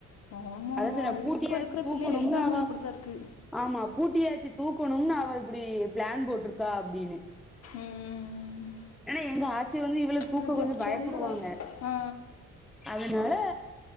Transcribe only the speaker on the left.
ஆமாம்மா
இப்போ இருக்கிற
பிள்ளைகள் எல்லாமே
அப்படி தான் இருக்கு
ம்.
அந்த பிள்ளைக்கு
சொல்ல வருது ஆ,